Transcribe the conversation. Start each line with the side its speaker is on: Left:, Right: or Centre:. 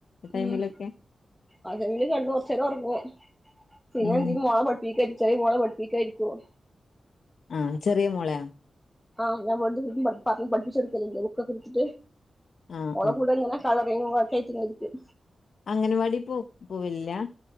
Left: ആ ടൈമിലൊക്കെ
Centre: ഉം ആ ടൈമില് കെട്ന്ന് കൊർച്ചെരം ഒർങ്ങും. പിന്നെ
Left: ഉം
Centre: എന്തെലും മോളെ പഠിപ്പിക്കാന് ചെറെ മോളെ പഠി പ്പിക്കാൻ ഇര്ക്കും.
Left: ആഹ് ചെറെ മോളെ?
Centre: ആഹ് ഞാ ഇബെട്ന്ന് പർണ് പഠിപ്പിച്ചോട്ക്കെൽ ഇണ്ട് ബുക്കൊക്കെ ഇട്ത്ത്ട്ട്.
Left: ആ
Centre: ഓളെ
Left: ആ
Centre: കൂടെ ഉങ്ങനെ കളറിങ്ങും ഒക്കെ ആയിട്ട് ഇങ്ങനെ ഇര്ക്കും.
Left: അങ്ങനവാടി പോ പോവെൽ ഇല്ലാ